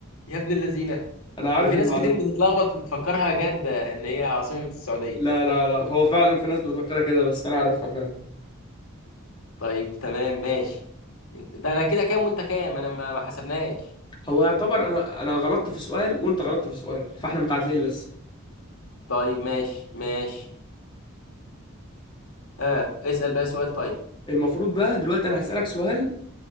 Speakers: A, on the left (about 80°); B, on the left (about 25°).
A: يا ابن اللذينه
B: انا عارف
A: ده في
B: المعلومة
A: ناس كتير بتتلخبط بتفكرها جدة ان هي عاصمة السعودية
B: لا لا لا هو فعلا في ناس بتفكرها كده بس انا عارفها فعلا
A: طيب تمام ماشي انت- ده انا كده كام وانت كام انا ما ما حسبناش
B: هو يعتبر انا انا غلطت في سؤال وانت غلطت في سؤال فاحنا متعادلين لسه
A: طيب ماشي ماشي اه اسأل بقى سؤال طيب
B: المفروض بقى دلوقتي انا هسألك سؤال